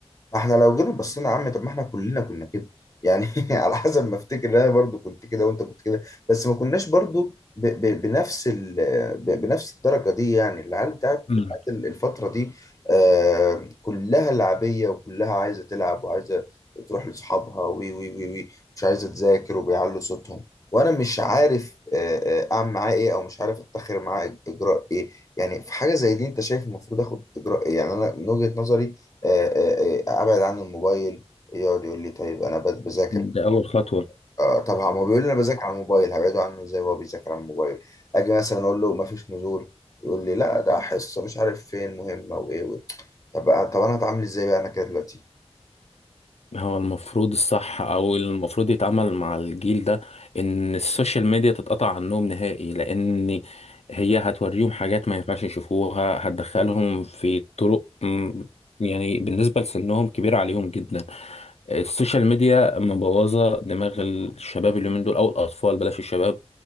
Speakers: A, on the left (about 30°); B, on the left (about 70°).
A: ما احنا لو جينا بصينا يا عم طب ما احنا كلنا كنا كده يعني <laughs> على حسب ما افتكر انا برضو كنت كده وانت كنت كده بس ما كناش برضو ب ب بنفس ال ب بنفس الدرجة دي يعني العيال بتاعت
B: مم.
A: بتاعت ال- الفترة دي آه كلها لعبية وكلها عايزة تلعب وعايزة تروح لأصحابها وي وي وي وي مش عايزة تذاكر وبيعلوا صوتهم وانا مش عارف آه، آه، اعمل معاه ايه او مش عارف اتخذ معاه اجراء ايه يعني في حاجة زي دي انت شايف المفروض اخد اجراء ايه يعني انا من وجهة نظري آه، آه، آه، ابعد عنه الموبايل يقعد يقول لي طيب انا بت- بذاكر
B: دي أول خطوة
A: آه، طب ما هو بيقول لي انا بذاكر على الموبايل هبعده عنه ازاي وهو بيذاكر على الموبايل اجي مثلا اقول له ما فيش نزول يقول لي لا ده حصه مش عارف فين مهمه وايه و... طب طب انا هتعامل ازاي بقى انا كده دلوقتي
B: هو المفروض الصح او المفروض يتعامل مع الجيل ده ان السوشيال ميديا تتقطع عنهم نهائي لان هي هتوريهم حاجات ما ينفعش يشوفوها هتدخلهم في طرق مم، يعني بالنسبة لسنهم كبيرة عليهم جدا السوشيال ميديا مبوظة دماغ الشباب اليومين دول او الاطفال بلاش الشباب